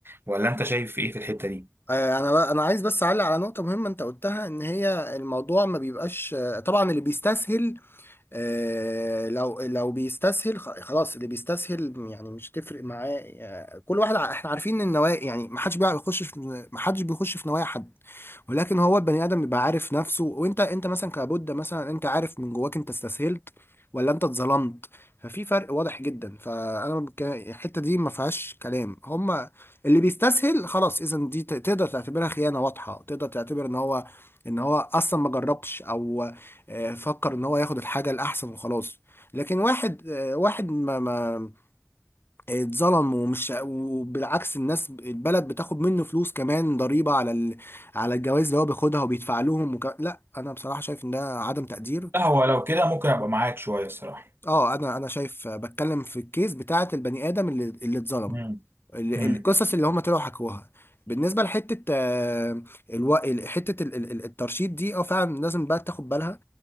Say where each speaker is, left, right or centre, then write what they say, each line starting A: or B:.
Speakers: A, on the right; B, on the left.
A: ولا انت شايف ايه في الحتة دي
B: آه، انا بقى- انا عايز بس اعلق على نقطه مهمه انت قلتها ان هي الموضوع ما بيبقاش آه، طبعا اللي بيستسهل آه، لو لو بيستسهل خ- خلاص اللي بيستسهل يعني مش تفرق معاه آه، كل واحد ع- احنا عارفين ان النوايا يعني ما حدش بيخش في ما حدش بيخش في نوايا حد ولكن هو البني ادم بيبقى عارف نفسه وانت انت مثلا كبودة مثلا انت عارف من جواك انت استسهلت ولا انت اتظلمت ففي فرق واضح جدا فانا بك- الحته دي ما فيهاش كلام هما اللي بيستسهل خلاص اذا دي ت- تقدر تعتبرها خيانه واضحه تقدر تعتبر ان هو ان هو اصلا ما جربش او آه، فكر ان هو ياخد الحاجه الاحسن وخلاص لكن واحد آه، واحد ما ما اتظلم ومش وبالعكس الناس البلد بتاخد منه فلوس كمان ضريبه على ال... على الجوائز اللي هو بياخدها وبيدفع لهم وك... لا انا بصراحه شايف ان ده عدم تقدير
A: لا هو لو كده ممكن ابقى معاك شويه الصراحه
B: اه انا انا شايف آه، بتكلم في الكيس بتاعه البني ادم اللي اللي اتظلم
A: مم.
B: ال-
A: مم.
B: القصص اللي هم طلعوا حكوها بالنسبه لحته آه، الو... ال- حته ال- ال- الترشيد دي اه فعلا لازم بقى تاخد بالها